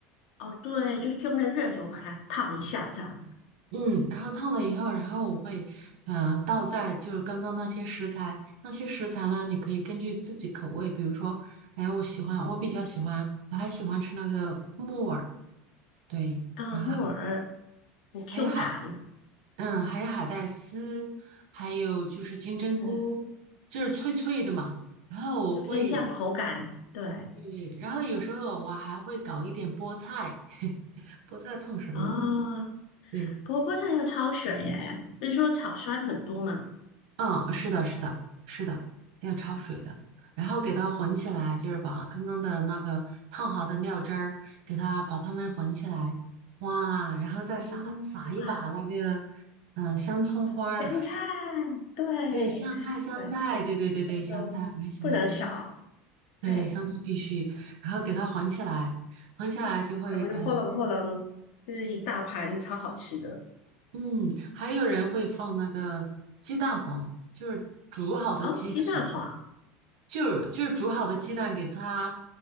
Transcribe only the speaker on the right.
嗯，然后烫了以后，然后我会，嗯、倒在就是刚刚那些食材，那些食材呢，你可以根据自己口味，比如说，哎，我喜欢，我比较喜欢，我还喜欢吃那个木耳，对，
然后还
还有海，
嗯，还有海带丝，还有就是金针菇，
就是脆脆的嘛。然后我会，
对，然后有时候我还会搞一点菠菜，<laughs> 菠菜烫熟了，
对。
嗯，是的，是的，是的，要焯水的，
然后给它混起来，就是把刚刚的那个烫好的料汁儿，给它把它们混起来，哇，然后再撒撒一把那个，
嗯、香葱花儿，
<laughs> 对，香菜，香菜，对对对对，
香菜，我很喜欢，对，
香菜必须，然后给它混起来，混起来就会感觉，
嗯，还有人会放那个鸡蛋黄，就是煮好的鸡蛋。
就是就是煮好的鸡蛋给它，